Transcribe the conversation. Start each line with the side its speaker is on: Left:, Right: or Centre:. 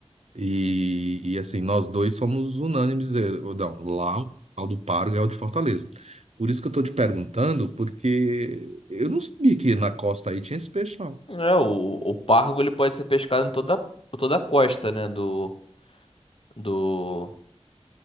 Right: E, e, assim, nós dois somos unânimes, eh, não, lá o tal do Paro ganhou de Fortaleza. Por isso que eu estou te perguntando, porque eu não sabia que na costa aí tinha esse peixe, não.
Left: É, o, o pargo ele pode ser pescado em toda, por toda a costa, né, do, do